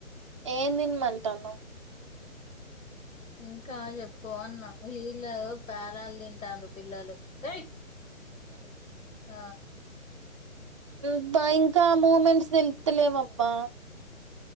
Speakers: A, on the right; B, on the left.
A: ఏం దిన్మంటన్నవ్
B: ఇంకా జెప్పు అన్నా వీళ్ళ పేళాలు దింటాండ్రు పిల్లలు ఎయ్
A: ఆ
B: ఆ
A: ఇ బా ఇంకా మూమెంట్స్ తెలుస్తలేవబ్బా